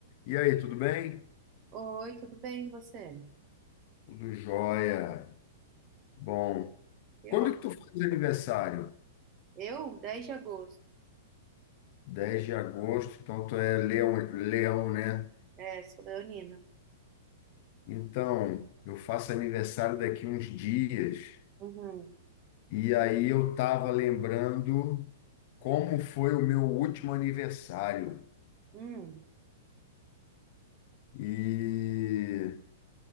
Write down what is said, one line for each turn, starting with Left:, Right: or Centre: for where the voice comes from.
Left: E aí, tudo bem?
Right: Oi, tudo bem, e você?
Left: Tudo jóia. Bom,
Right: Eu,
Left: quando
Right: ó,
Left: que tu faz aniversário?
Right: eu, 10 de agosto.
Left: 10 de agosto, então tu é leão, leão, né?
Right: É, sou leonina.
Left: Então, eu faço aniversário daqui uns dias.
Right: Uhum.
Left: E aí eu tava lembrando como foi o meu último aniversário.
Right: Hum,
Left: E,